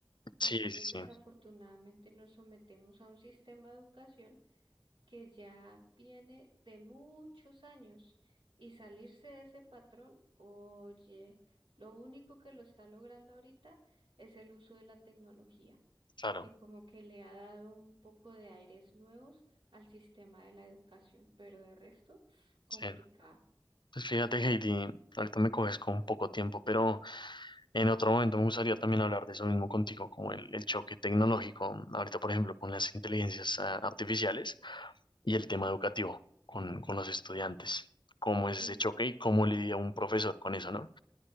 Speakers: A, on the right; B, on the left.
A: Entonces,
B: sí, sí, sí,
A: desafortunadamente nos sometemos a un sistema de educación que ya viene de muchos años y salirse de ese patrón, oye, lo único que lo está logrando ahorita es el uso de la tecnología
B: claro,
A: que como que le ha dado un poco de aires nuevos al sistema de la educación, pero de resto, complicado.
B: sí. Pues fíjate, Heidi, ahorita me coges con poco tiempo, pero en otro momento me gustaría también hablar de eso mismo contigo, como el, el choque tecnológico, ahorita por ejemplo con las inteligencias ah, artificiales y el tema educativo con, con los estudiantes, cómo
A: Sí,
B: es ese choque y cómo lidia un profesor con eso, ¿no?